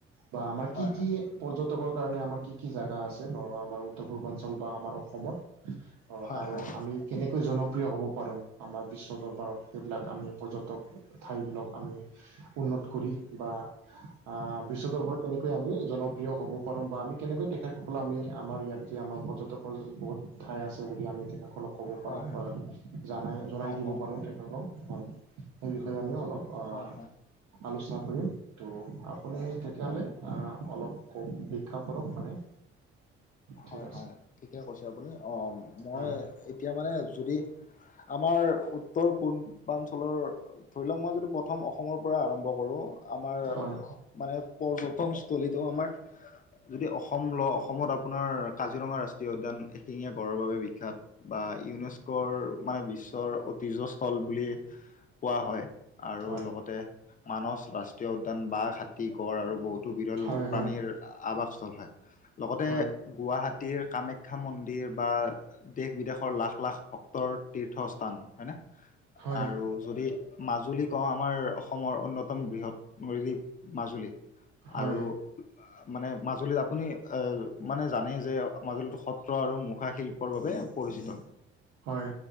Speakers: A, on the right; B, on the left.
A: বা আমাৰ
B: হয়
A: কি
B: হয়
A: কি পৰ্যটকৰ কাৰণে আমাৰ কি কি জোগা আছে? আমাৰ উত্তৰ পূৰ্বাঞ্চল বা আমাৰ অসমত। অ
B: হয়
A: আৰু
B: হয়
A: আমি- কেনেকৈ জনপ্ৰিয় হ'ব পাৰোঁ? আমাৰ বিশ্ব দৰবাৰত, সেইবিলাক আমি পৰ্যটক- ঠাই বিলাক আমি উন্নত কৰি বা আহ বিশ্ব দৰবাৰত কেনেকৈ- কৈ আমি জনপ্ৰিয় হ'ব পাৰোঁ বা আমি কেনেকৈ তেখেতসকলক আমি আমাৰ ইয়াত যে আমাৰ পৰ্যটকৰ বহুত- ঠাই আছে বুলি আমি তেখেতসকলক- ক'ব
B: হয়
A: পাৰোঁ
B: হয়
A: বা জানাই জনাই
B: অ
A: দিব
B: অ
A: পাৰোঁ তেখেতসকলক হয়, সেই বিষয়ে আমি অলপ- অঁ
B: হয় হয়
A: আলোচনা কৰিম ত' আপুনি তেতিয়াহ'লে
B: হয়
A: অলপ- ক অপেক্ষা কৰক মানে।
B: হয়
A: ঠিক
B: হয়, ঠিকেই কৈছে আপুনি। অঁ'
A: আছে
B: মই এতিয়া মানে যদি- আমাৰ উত্তৰ পূৰ্বাঞ্চলৰ ধৰি লওক মই যদি- প্ৰথম অসমৰ পৰাই আৰম্ভ কৰোঁ আমাৰ-
A: হয়
B: মানে পৰ্যটনস্থলীতো আমাৰ যদি অসম ল অসমত আপ- আপোনাৰ কাজিৰঙা ৰাষ্ট্ৰীয় উদ্যান এশিঙীয়া গড়ৰ বাবে বিখ্যাত। বা ইউনেস্কোৰ বা মানে বিশ্বৰ ঐতিহ্য- <unintelligible> বুলি কোৱা হয়। আৰু
A: হয় হয়
B: লগতে, মানস ৰাষ্ট্ৰীয় উদ্যান, বাঘ, হাতী, গঁড় আৰু বহুতো বিৰল
A: হয়
B: প্ৰাণীৰ
A: হয়
B: আৱাস স্থল হয়। লগতে,
A: হয়
B: গুৱাহাটীৰ কামাখ্যা মন্দিৰ বা দেশ-বিদেশৰ লাখ-লাখ ভক্তৰ তীৰ্থস্থান। হয় না?
A: হয়
B: আৰু যদি মাজুলী কওঁ! আমাৰ অসমৰ অন্যতম, বৃহৎ নদী দ্বীপ মাজুলী।
A: হয়
B: আৰু মানে, মাজুলীত আপুনি, এ, মানে, জানেই যে, মাজুলীতো সত্ৰ আৰু মুখা শিল্পৰ বাবে পৰিচিত।
A: হয়